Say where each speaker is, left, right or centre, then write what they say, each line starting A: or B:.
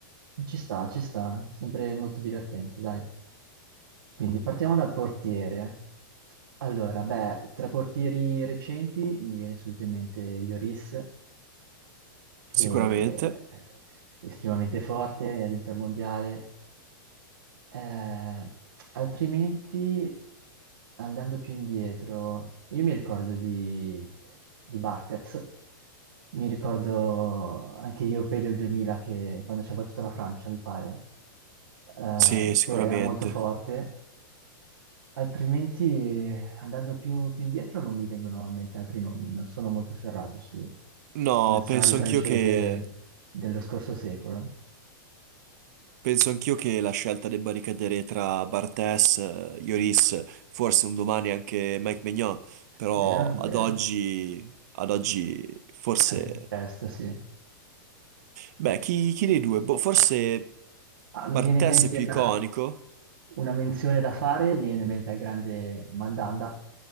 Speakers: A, on the right (about 75°); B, on the right (about 50°).
A: Ci sta, ci sta, eh. sempre molto divertente, dai. Quindi partiamo dal portiere. Allora, beh, tra portieri recenti mi viene subito in mente Lloris, che
B: Sicuramente.
A: è estremamente forte all'Intermondiale, eh, altrimenti, andando più indietro, io mi ricordo di, di Barthez, mi ricordo anche gli europei del 2000, che, quando ci ha battuto la Francia, mi pare, eh,
B: Sì, sicuramente.
A: che era molto forte. Altrimenti, eh, andando più, più indietro, non mi vengono in mente altri nomi, non sono molto ferrato su,
B: No,
A: sul nazionale
B: penso
A: francese
B: anch'io che
A: dello scorso secolo.
B: Penso anch'io che la scelta debba ricadere tra Bartes, eh, Lloris, forse un domani anche Mike Maignan, però
A: Vero,
B: ad
A: vero.
B: oggi, ad oggi forse...
A: Eh, Presto, sì.
B: Beh, chi, chi dei due? Boh, forse
A: Ah,
B: Bartes
A: mi viene in mente
B: è più iconico?
A: una, una menzione da fare, mi viene in mente il grande Mandanda,